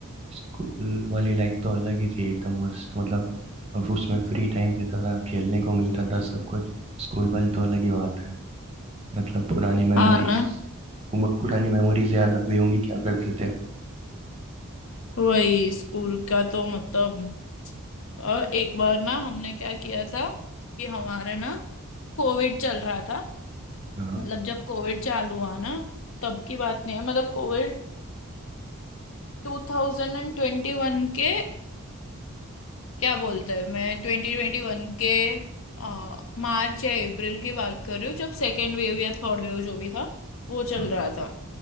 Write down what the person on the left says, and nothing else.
हाँ ना
वही स्कूल का तो मतलब अ, एक बार ना हमने क्या किया था कि हमारे ना कोविड चल रहा था
मतलब जब कोविड चालू हुआ ना तब की बात नहीं है मतलब कोविड टू थाउजेंड एंड ट्वेंटी वन के क्या बोलते हैं मैं ट्वेंटी ट्वेंटी वन के अ, मार्च या अप्रैल की बात कर रही हूँ जब सेकेंड वेव या थर्ड वेव जो भी था वो चल
रहा था